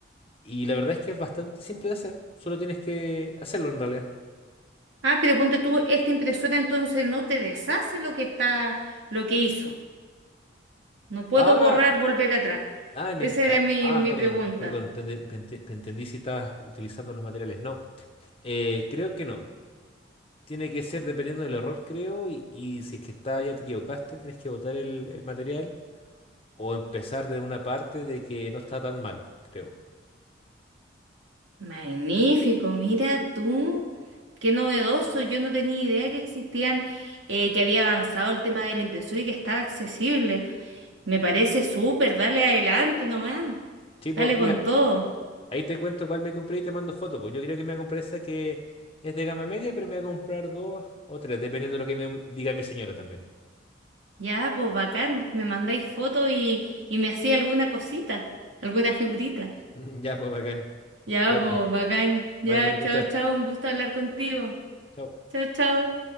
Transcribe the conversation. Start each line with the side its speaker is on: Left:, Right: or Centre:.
Left: Y la verdad es que es bastante simple de hacer. Solo tienes que hacerlo en realidad.
Right: Ah, pero ponte tú, esta impresora entonces no te deshace lo que está, lo que hizo. No puedo
Left: Ah,
Right: borrar, volver atrás.
Left: ah, me-
Right: Esa
Left: en- ah,
Right: era mi,
Left: ah,
Right: mi
Left: perdón,
Right: pregunta.
Left: perdón, te, enten- te enten- te entendí si estabas utilizando los materiales. No, eh, creo que no. Tiene que ser dependiendo del error, creo, y, y si es que está, ya te equivocaste, tienes que botar el, el material o empezar de una parte de que no está tan mal, creo.
Right: Magnífico, mira tú, qué novedoso. Yo no tenía idea que existían, eh, que había avanzado el tema de la impresora y que está accesible. Me parece súper, dale adelante nomás,
Left: Tipo,
Right: dale
Left: mira,
Right: con todo.
Left: ahí te cuento cuál me compré y te mando foto, pues yo creo que me voy a comprar esa que es de gama media, pero me voy a comprar dos o tres, dependiendo de lo que me diga mi señora también.
Right: Ya, pues bacán, me mandáis fotos y, y me hacía alguna cosita, alguna figurita.
Left: <laughs> Ya, pues, bacán.
Right: Ya,
Left: Ya,
Right: pues
Left: pues,
Right: bacán,
Left: vale
Right: ya,
Left: por escuchar.
Right: chao, chao, un gusto hablar contigo.
Left: Chao.
Right: Chao, chao.